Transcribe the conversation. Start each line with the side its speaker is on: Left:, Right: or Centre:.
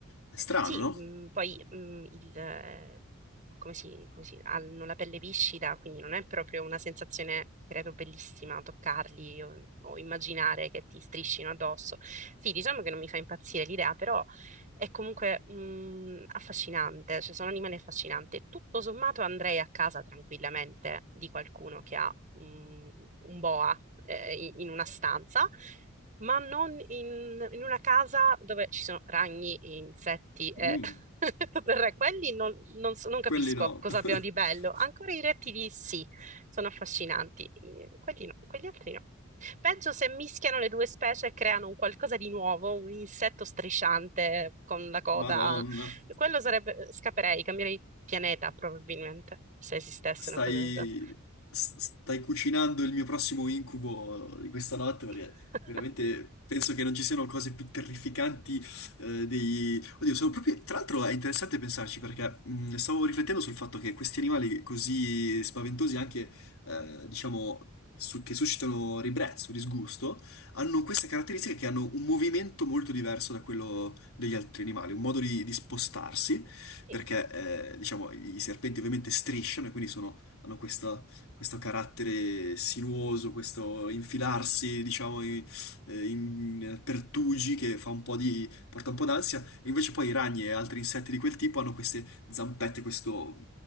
Left: È strano,
Right: Sì,
Left: no?
Right: mh, poi mh, il, eh, come si, come si- hanno la pelle viscida, quindi non è proprio una sensazione, credo, bellissima toccarli o, o immaginare che ti striscino addosso. Sì, diciamo che non mi fa impazzire l'idea, però è comunque mh, affascinante, cioè sono animali affascinanti. Tutto sommato andrei a casa tranquillamente di qualcuno che ha un, un boa eh, in in una stanza ma non in, in una casa dove ci sono ragni, insetti e
Left: Mm,
Right: <laughs> tutto il re. Quelli non, non so- non capisco
Left: quelli no.
Right: cosa
Left: <laughs>
Right: abbiano di bello. Ancora i rettili sì, sono affascinanti. I- Quelli no, quegli altri no. Peggio se mischiano le due specie e creano un qualcosa di nuovo, un insetto strisciante con la coda.
Left: Madonna.
Right: Quello sarebbe... Scapperei, cambierei pianeta probabilmente, se esistesse
Left: Stai,
Right: una cosa del genere.
Left: s- stai cucinando il mio prossimo incubo di questa notte perché
Right: <laughs>
Left: veramente penso che non ci siano cose più terrificanti eh, dei... Oddio, sono proprio... Tra l'altro è interessante pensarci perché mh, stavo riflettendo sul fatto che questi animali così spaventosi anche, eh, diciamo, su- che suscitano ribrezzo, disgusto, hanno questa caratteristica che hanno un movimento molto diverso da quello degli altri animali, un modo di di spostarsi
Right: Sì.
Left: perché eh, diciamo i serpenti ovviamente strisciano e quindi sono- hanno questa- questo carattere sinuoso, questo infilarsi, diciamo, in, eh, in pertugi che fa un po' di, porta un po' d'ansia, e invece poi i ragni e altri insetti di quel tipo hanno queste zampette, questo